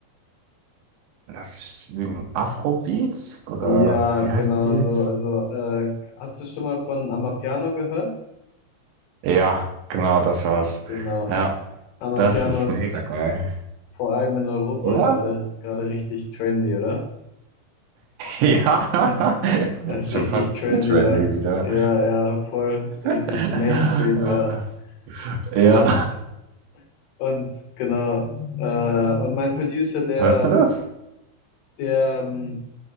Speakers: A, on the right; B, on the left.
A: das ist ich lügen, Afrobeats oder
B: Ja,
A: wie
B: genau
A: heißt die?
B: so. Also, äh, hast du schon mal von Amapiano gehört?
A: Ja, genau, das war's.
B: Genau.
A: Ja,
B: Amapiano
A: das ist
B: ist
A: mega geil.
B: vor allem in Europa
A: Oder?
B: gerade
A: <laughs>
B: gerade richtig trendy, oder?
A: Ja,
B: Ja, das
A: ist
B: ist richtig
A: schon fast
B: trendy,
A: zu trendy
B: ja.
A: wieder.
B: Ja, ja, voll, ist richtig
A: Ja.
B: Mainstream, ja. Und,
A: Ja.
B: und genau. Äh, und mein Producer, der,
A: Hörst du das?
B: der, ähm,